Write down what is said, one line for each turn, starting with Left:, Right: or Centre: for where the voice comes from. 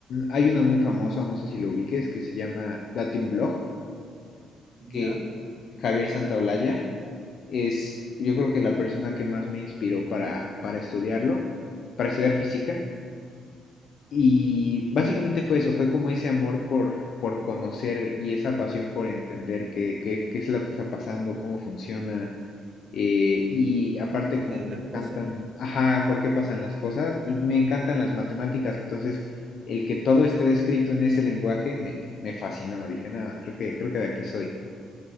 Left: Hay una muy famosa, no sé si lo ubiques, que se llama Date un blog
Right: ya.
Left: que Javier Santaolalla es, yo creo que la persona que más me inspiró para, para estudiarlo, para estudiar física. Y básicamente fue eso, fue como ese amor por, por conocer y esa pasión por entender qué, qué, qué es lo que está pasando, cómo funciona. eh, y aparte
Right: ¿Por
Left: como
Right: qué de
Left: me
Right: las
Left: encantan,
Right: cosas?
Left: ajá, por qué pasan las cosas y me encantan las matemáticas, entonces el que todo esté descrito en ese lenguaje me, me fascinó, dije, nada, creo que, creo que de aquí soy.